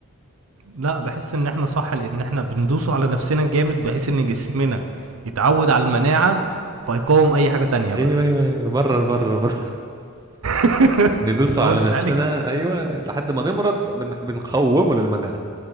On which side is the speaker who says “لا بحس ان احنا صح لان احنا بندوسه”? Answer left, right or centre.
Right